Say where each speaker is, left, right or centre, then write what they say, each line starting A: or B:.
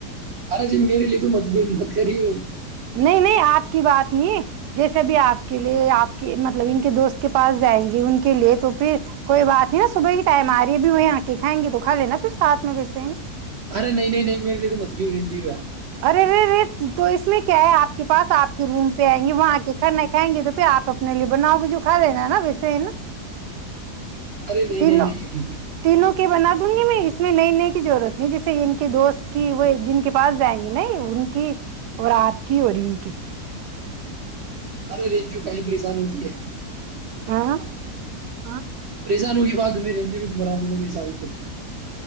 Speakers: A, on the right (about 55°); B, on the right (about 80°).
A: ارے جی مے ل مت ب مخت کری ہو
B: نہیں نہیں آپ کی بات نہیں جیسے بھی آپ کے لیے آپ کی مطلب ان کے دوست کے پاس جائیں گے ان کے لیے تو پھر کوئی بات نہیں نا صبح کی ٹائم آ رہی ہے ا بھی وہ آ کے کھائیں گی تو کھا لینا پھر ساتھ میں ویسے ہیں نا
A: ار نہیں نہیں م ل لی ل ملب جی جیوا
B: ارےے تو اس میں کیا ہے آپ کے پاس آپ کے روم پہ آئیں گے وہاں آ کے کھانا کھائیں گے تو پھر آپ اپنے لیے بناؤ گے جو کھا لینا ہے نا ویسے ہی نا
A: ارے نہیں
B: تینوں
A: نہیں نہیں
B: تینوں بنا دوں گی میں اس میں نئی نئے کی جضرورت نہیں جیسے ان کے دوست کی وہ جن کے پاس جائیں گے نہیں ان کی اور آپ کی اور ان کی
A: ارے ر کہیں پریشان ہوتی ہے یار
B: <inaudible> ہاں
A: پریان ہوگی بات تمہیں رہیں گ بھی مران میں بھی سازو کر نا